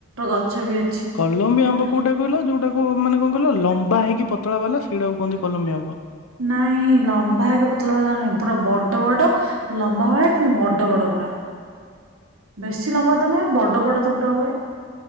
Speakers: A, on the right (about 80°); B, on the left (about 90°).
A: ଗଛ ବି ଅଛି ସେଟା।
B: କଲମ୍ବୀ ଆମ୍ବ କୋଉଟା କହିଲ ଯୋଉଟାକୁ ମାନେ କଣ କହିଲ ଲମ୍ବା ହେଇକି ପତଳା ବାଲା ସେଇଟାକୁ କୁହନ୍ତି କଲମି ଆମ୍ବ।
A: ନାଇଁ ଲମ୍ବା ହେଇ କି ପତଲା ବାଲା ନୁହେଁ ପୁରା ବଡ ବଡ ଲମ୍ବା ଭଳିଆ କିନ୍ତୁ ବଡ ବଡ ପୁରା। ବେଶୀ ଲମ୍ବା ତ ନୁହେଁ ବଡ ବଡ ତ ପୁରା ହୁଏ